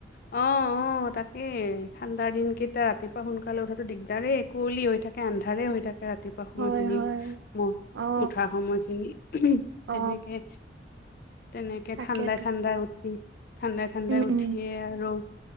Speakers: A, on the left; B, on the right.
A: অ', অ' তাকে ঠাণ্ডা দিনকেইটা ৰাতিপুৱা সোনকালে উঠাটো দিগদাৰে। কুৱলি হৈ থাক, তে আন্ধাৰে হৈ থাকে ৰাতিপুৱা সময়খিনি,
B: হয় হয়
A: ম
B: অ
A: উঠা সময়খিনি
B: অ
A: তেনেকে। তেনেকে
B: তাকেতো
A: ঠাণ্ডাই-ঠাণ্ডাই উঠি, ঠাণ্ডাই-ঠাণ্ডাই
B: উম
A: উঠিয়ে
B: উম
A: আৰু